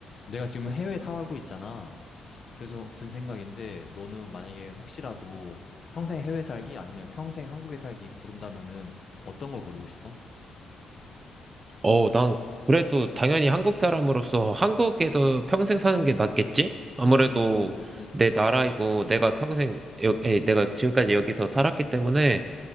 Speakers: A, on the left (about 35°); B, on the right (about 25°).
A: 내가 지금 해외에 살고 있잖아. 그래서 든 생각인데, 너는 만약에 혹시라도 평생 해외 살기 아니면 평생 한국에 살기 고른다면은 어떤 걸 고르고 싶어?
B: 어, 난 그래도 당연히 한국 사람으로서 한국에서 평생 사는 게 낫겠지? 아무래도
A: 음, 음.
B: 내 나라이고 내가 평생, 여, 에, 내가 지금까지 여기서 살았기 때문에